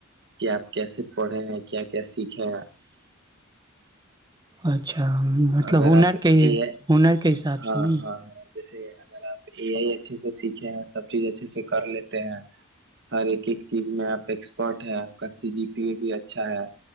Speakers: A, on the right; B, on the right.
A: کہ آپ کیسے پڑھے ہیں کیا کیا سیکھے ہیں
B: اچھا اچھا مطلب
A: اگر
B: ہنر
A: آپ اے
B: کے
A: آئی
B: ہنر کے حساب
A: ہاں
B: سے نہیں
A: ہاں ہاں جیسے اگر آپ اے آئی اچھے سے سیکھے ہیں سب چیز اچھے سے کر لیتے ہیں ہر ایک ایک چیز میں آپ ایکسپرٹ ہے آپ کا سی جی پی بھی اچھا ہے